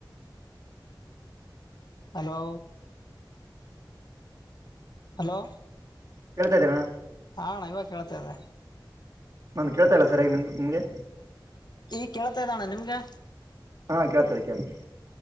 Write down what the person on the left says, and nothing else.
ಹಲೋ ಹಲೋ
ಆ ಅಣ್ಣಾ ಇವಾಗ ಕೇಳ್ತಾ ಇದೆ
ಈ ಕೇಳ್ತಾ ಇದೆ ಅಣ್ಣಾ ನಿಮ್ಗೆ